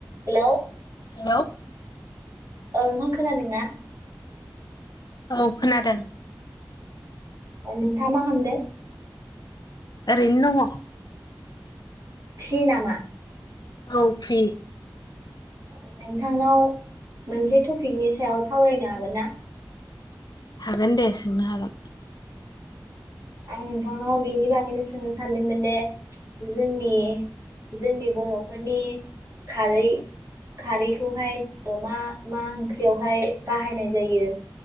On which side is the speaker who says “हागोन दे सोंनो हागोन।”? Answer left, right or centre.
Left